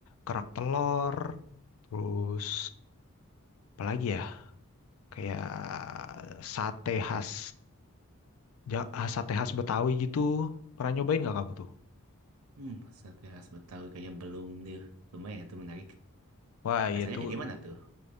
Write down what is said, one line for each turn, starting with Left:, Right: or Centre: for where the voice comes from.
Left: kerak telur, terus apalagi ya kayak sate khas Ja- ah, sate khas Betawi gitu. Pernah nyobain nggak kamu tuh?
Right: Hmm, sate khas Betawi kayaknya belum nih. Lumayan tuh menarik.
Left: Wah, iya
Right: Rasanya
Left: tuh,
Right: kayak gimana tuh?